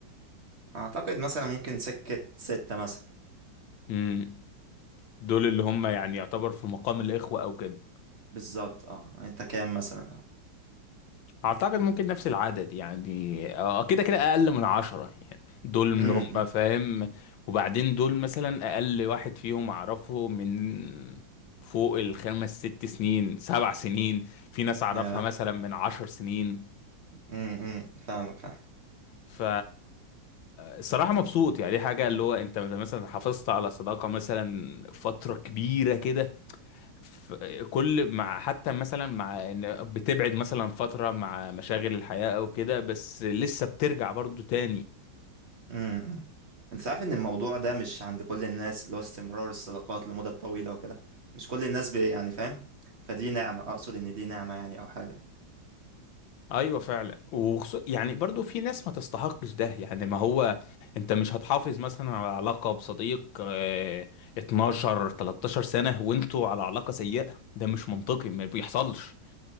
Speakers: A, on the right (about 35°); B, on the left (about 85°).
A: اعتقد مثلا ممكن سكة ستة مثلا
B: امم دول اللي هم يعني يعتبر في مقام الاخوه او كده
A: بالظبط اه انت كام مثلا اه
B: اعتقد ممكن نفس العدد يعني آه، كده كده اقل من عشرة يعني دول اللي
A: امم
B: هم فاهم وبعدين دول مثلا اقل واحد فيهم اعرفه من فوق الخمس ست سنين سبع سنين في ناس اعرفها
A: يا
B: مثلا من عشر سنين
A: امم فاهمك فاهمك.
B: ف الصراحة مبسوط يعني دي حاجة اللي هو انت مثلا حافظت على صداقة مثلا فترة كبيرة كده ف- كل مع حتى مثلا مع ان بتبعد مثلا فترة مع مشاغل الحياة او كده بس لسه بترجع برضو تاني
A: امم انت عارف ان الموضوع ده مش عند كل الناس اللي هو استمرار الصداقات لمدة طويلة وكده مش كل الناس بي يعني فاهم فدي نعمة اقصد ان دي نعمة يعني او حاجة
B: ايوه فعلا وخصو... يعني برضو في ناس ما تستحقش ده يعني ما هو انت مش هتحافظ مثلا على علاقة بصديق آه، 12 13 سنة وانتوا على علاقة سيئة ده مش منطقي ما بيحصلش